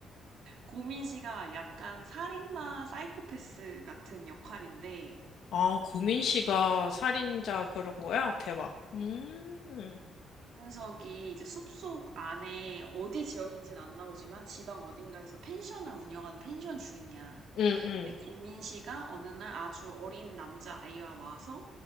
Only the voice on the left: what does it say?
아, 고민 씨가 살인자 그런 거야? 대박. 음.
응, 응.